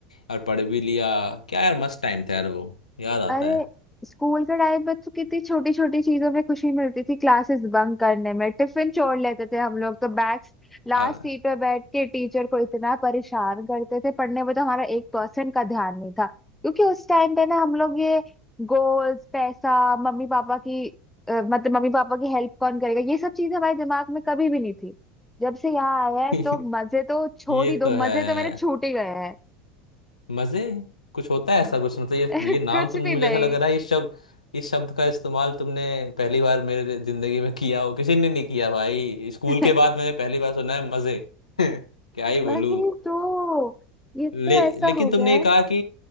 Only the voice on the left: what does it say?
और पढ़ भी लिया क्या यार मस्त टाइम था यार वो याद आता
है
आ-
<laughs>
ये
तो है
मजे कुछ होता है
ऐसा कुछ मतलब ये
ये नाम
तुमने
मुझे
ऐसा लग रहा है ये शब्द ये शब्द का इस्तेमाल तुमने पहली बार मेरे जिंदगी में किया हो किसी ने नहीं किया भाई स्कूल
के बाद मैंने पहली बार सुना है मजे <laughs> क्या ही बोलूं
ले,
लेकिन
तुमने
ये
कहा कि